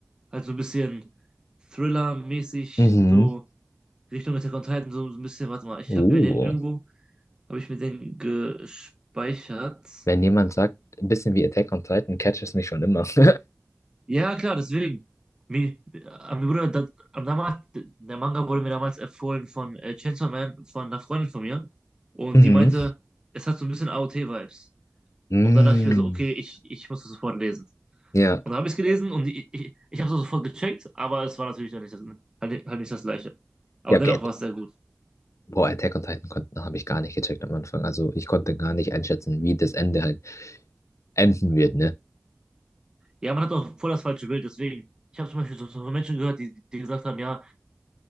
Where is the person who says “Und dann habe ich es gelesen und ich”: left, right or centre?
Right